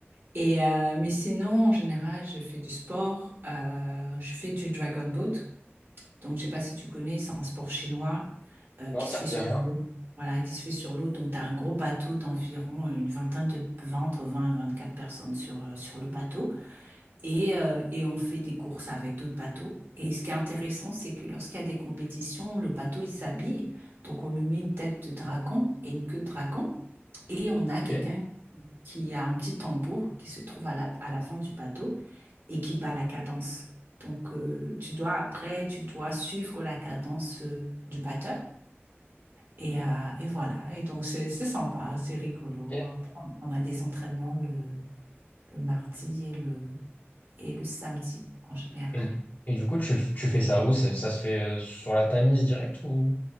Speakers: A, on the right; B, on the left.
A: Et, euh, mais sinon, en général, je fais du sport, euh, je fais du dragon boat. Donc, je sais pas si tu connais, c'est un sport chinois euh,
B: Non,
A: qui
B: ça
A: se fait
B: me
A: sur
B: dit rien.
A: l'eau. Voilà, qui se fait sur l'eau. Donc, tu as un gros bateau d'environ une vingtaine de 20, entre 20 et 24 personnes sur, euh, sur le bateau. Et, euh, et on fait des courses avec d'autres bateaux. Et ce qui est intéressant, c'est que lorsqu'il y a des compétitions, le bateau, il s'habille. Donc, on lui met une tête de dragon et une queue de dragon. Et on a
B: Ok,
A: quelqu'un qui a un petit tambour qui se trouve à la- à l'avant du bateau et qui bat la cadence. Donc, euh, tu dois après, tu dois suivre la cadence euh, du batteur. Et, euh, et voilà. Et donc, c'est c'est sympa, c'est rigolo.
B: ok.
A: Après, On a des entraînements le, le mardi et le, et le samedi en général.
B: Et, et du coup, tu, tu fais ça où? Ça, ça se fait euh, sur la Tamise direct ou?